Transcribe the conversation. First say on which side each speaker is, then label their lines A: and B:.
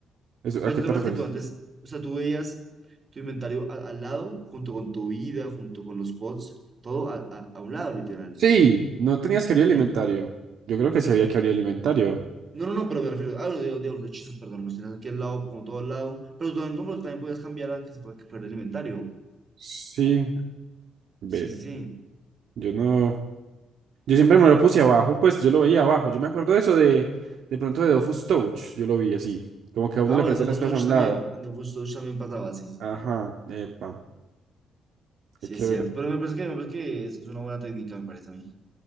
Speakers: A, on the right (about 70°); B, on the right (about 35°).
A: Eso,
B: Pues
A: ¿a qué
B: tú te
A: te
B: acuerdas
A: refieres?
B: que tú antes, o sea, tú veías tu inventario a- al lado, junto con tu vida, junto con los pods, todo a, a, a un lado, literal.
A: Sí, no tenías que abrir el
B: Ve-
A: inventario. Yo creo que sí había que abrir el inventario.
B: No, no, no, pero me refiero, ah, digo, digo, los hechizos, perdón, los tienes aquí al lado, como todo al lado, pero tú, también- no, pero tú también podías cambiar a que se fue- que fuera el inventario.
A: Sí, ve,
B: Sí, sí, sí.
A: yo no. Yo siempre me lo puse abajo, pues yo lo veía abajo. Yo me acuerdo de eso de, de pronto de Dofus Touch. Yo lo vi así, como que a uno
B: Ah,
A: le
B: bueno,
A: parecían
B: en Dofus
A: las cosas
B: Touch
A: a un
B: también,
A: lado.
B: en Dofus Touch también pasaba, sí, sí,
A: Ajá,
B: sí.
A: epa,
B: Sí,
A: hay que
B: es
A: ver.
B: cierto, pero me parece que, me parece que es, es una buena técnica, me parece a mí.